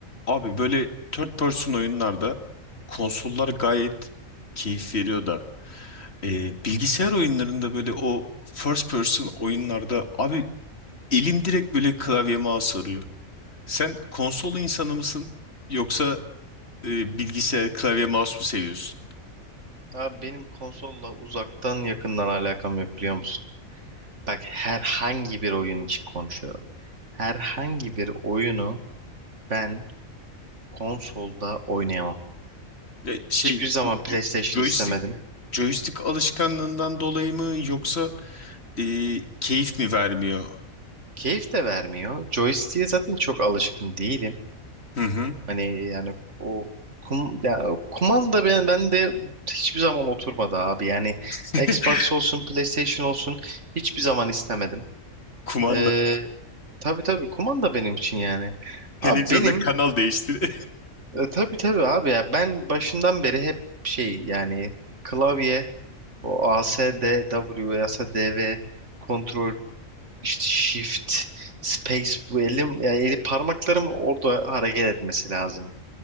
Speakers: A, on the left; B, on the right.
A: Abi böyle third person oyunlarda konsollar gayet keyif veriyor da e, bilgisayar oyunlarında böyle o first person oyunlarda abi elim direkt böyle klavyeme mouse Sen konsol insanı mısın yoksa e, bilgisayar klavye mouse mu seviyorsun?
B: Abi benim konsolla uzaktan yakından alakam yok biliyor musun? Bak herhangi bir oyun için konuşuyorum. Herhangi bir oyunu ben konsolda oynayamam.
A: E, şey
B: Hiçbir zaman PlayStation
A: jo- joystick
B: istemedim.
A: joystick alışkanlığından dolayı mı yoksa e, keyif mi vermiyor?
B: Keyif de vermiyor. Joystick'e zaten çok alışkın değilim.
A: Hı hı.
B: Hani yani o kum, ya o kumanda ben, ben de hiçbir zaman oturmadı abi. Yani
A: <laughs>
B: Xbox olsun PlayStation olsun hiçbir zaman istemedim.
A: Kumanda
B: Ee, tabii tabii kumanda benim için yani.
A: televizyonda
B: Abi benim
A: kanal değiştir.
B: e, tabii tabii abi ya ben başından beri hep şey yani klavye o A S D W A S D V kontrol işte shift space bu elim yani eli parmaklarım orada hareket etmesi lazım.